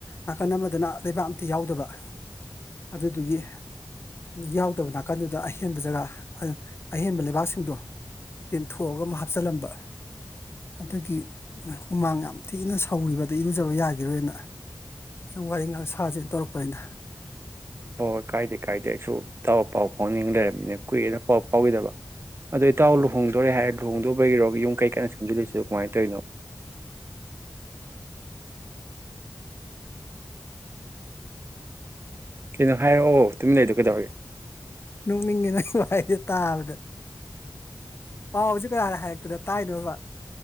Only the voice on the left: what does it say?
ꯅꯥꯀꯟ ꯑꯃꯗꯅ ꯂꯩꯕꯥꯛ ꯑꯝꯇ ꯌꯥꯎꯗꯕ ꯑꯗꯨꯗꯨꯒꯤ ꯌꯥꯎꯗꯕ ꯅꯥꯀꯟꯗꯨꯗ ꯑꯍꯦꯟꯕ ꯖꯒꯥ ꯑꯍꯦꯟꯕ ꯂꯩꯕꯥꯛꯁꯤꯡꯗꯣ ꯇꯦꯝꯊꯣꯛꯑꯒ ꯑꯃ ꯍꯥꯞꯆꯤꯜꯂꯝꯕ ꯑꯗꯨꯒꯤ ꯍꯨꯃꯥꯡ ꯌꯥꯝ ꯊꯤꯅ ꯁꯧꯔꯤꯕꯗ ꯏ ꯐꯖꯕ ꯌꯥꯈꯤꯔꯣꯏꯅ ꯁꯨꯝ ꯋꯥꯔꯤ ꯉꯥꯏꯍꯥꯛ ꯁꯥꯁꯦꯅ ꯇꯧꯔꯛꯄꯅꯤꯅ
ꯅꯣꯛꯅꯤꯡꯉꯤ ꯅꯪ ꯋꯥꯍꯩꯁꯦ ꯇꯥꯕꯗ ꯄꯥꯎꯁꯤ ꯀꯅꯥꯅ ꯍꯥꯏꯔꯛꯇꯅ ꯇꯥꯏꯅꯣꯕ꯫